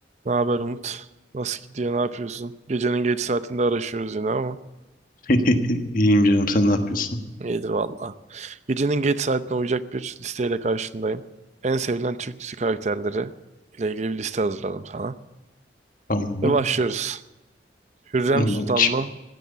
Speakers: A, on the right (about 40°); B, on the left (about 50°).
A: Ne haber Umut? Nasıl gidiyor? Ne yapıyorsun? Gecenin geç saatinde araşıyoruz yine ama
B: <laughs> İyiyim canım sen ne yapıyorsun?
A: iyidir valla. Gecenin geç saatine uyacak bir listeyle karşındayım. En sevilen Türk dizi karakterleri ile ilgili bir liste hazırladım sana.
B: Tamam.
A: Ve başlıyoruz. Hürrem
B: Yolla
A: Sultan
B: bakayım.
A: mı?